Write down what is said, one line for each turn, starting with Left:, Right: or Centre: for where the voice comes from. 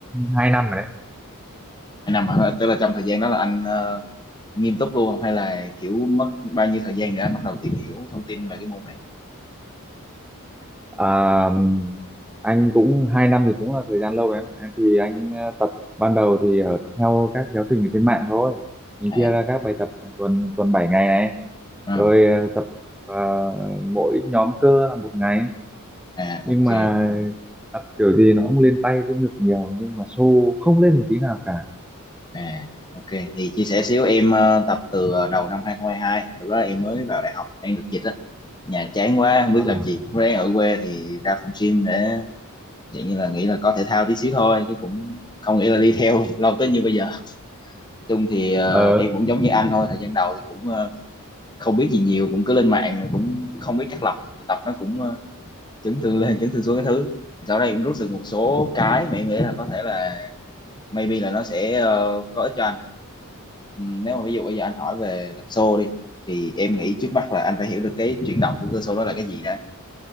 Centre: 2 năm rồi
Left: Hai năm hả? Tức là trong thời gian đó là anh ờ, nghiêm túc luôn không hay là kiểu mất bao nhiêu thời gian để anh bắt đầu tìm hiểu thông tin về cái môn này?
Centre: À, anh cũng hai năm thì cũng là thời gian lâu đấy em Em thì anh ờ, tập ban đầu thì ở theo các giáo trình ở trên mạng thôi mình
Left: À,
Centre: chia ra các bài tập hàng tuần tuần 7 ngày này
Left: ừ.
Centre: rồi ờ, tập ờ, mỗi nhóm cơ là một ngày
Left: à
Centre: nhưng
Left: ok
Centre: mà tập kiểu gì nó cũng lên tay với ngực nhiều nhưng mà xô không lên một tí nào cả
Left: À, ok thì chia sẻ xíu em ờ, tập từ ờ, đầu năm 2022 lúc đó em mới vào đại học đang được dịch á nhà chán quá không biết
Centre: ờ
Left: làm gì lúc đó em ở quê thì ra phòng gym để dạng như là nghĩ là có thể thao tí xíu thôi chứ cũng không nghĩ là đi theo <laughs> lâu tới như bây giờ nói chung thì ờ,
Centre: ờ
Left: em cũng giống như anh thôi thời gian đầu thì cũng ờ, không biết gì nhiều cũng cứ lên mạng rồi cũng không biết chắc lọc thì tập nó cũng ờ, chấn thương lên <laughs> chấn thương xuống cái thứ Thì sau đây cũng rút được một số cái mà em nghĩ là có thể là maybe là nó sẽ ờ, có ích cho anh Ừm, nếu mà ví dụ bây giờ anh hỏi về tập xô đi thì em nghĩ trước mắt là anh phải hiểu được cái chuyển động của cơ xô đó là cái gì đó